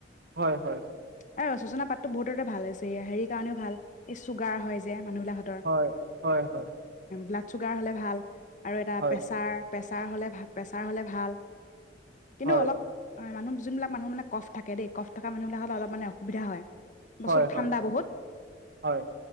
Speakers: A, on the right; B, on the left.
A: হয় হয়।
B: এ চজনা পাততো বহুততে ভাল আছে এয়া হেৰিৰ কাৰণেও ভাল এই চুগাৰ হয় যে মানুহ বিলাকহঁতৰ।
A: হয় হয় হয়।
B: ব্লাড চুগাৰ হলে ভাল আৰু এটা
A: হয় হয়
B: প্ৰেছাৰ? প্ৰেছাৰ হলে ভা, প্ৰেছাৰ হলে ভাল কিন্তু
A: হয়
B: অলপ হয় মানুহ জোনবিলাক মানুহ মানে কফ থাকে দেই কফ থকা মানুহ বিলাক হলে অলপ মান অসুবিধা হয়। বস্তুটো
A: হয়
B: ঠাণ্ডা
A: হয়
B: বহুত
A: হয়